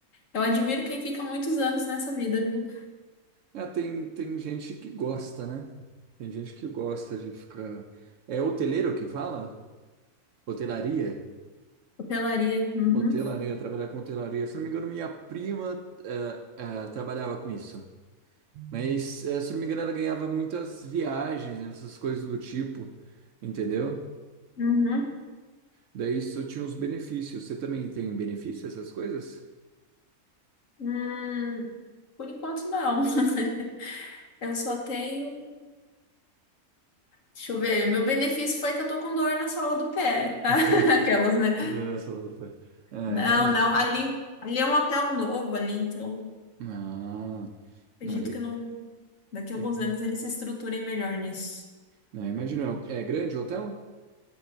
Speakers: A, on the left (about 60°); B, on the right (about 65°).
A: Eu admiro quem fica muitos anos nessa vida, viu?
B: É, tem, tem gente que gosta, né? Tem gente que gosta de ficar. É hoteleiro que fala? Hotelaria?
A: Hotelaria. Uhum,
B: Hotelaria, trabalhar com hotelaria. Se não me engano, minha prima eh, eh, trabalhava com isso. Mas, eh, se não me engano, ela ganhava muitas viagens, essas coisas do tipo, entendeu?
A: uhum.
B: Daí isso tinha uns benefícios. Você também tem benefício, essas coisas?
A: Hum, por enquanto, não. <laughs> Eu só tenho. Deixa eu ver. Meu benefício foi que eu tô com dor na sola do pé. <laughs>
B: <laughs>
A: Aquelas, né?
B: Não, é só do pé. Ah,
A: Não,
B: imagina.
A: não. Ali, ali é um hotel novo ali, então.
B: Ah,
A: Acredito
B: não, le-
A: que não, daqui a
B: legal.
A: alguns anos ele se estruture melhor nisso.
B: Não, imagina. É é grande o hotel?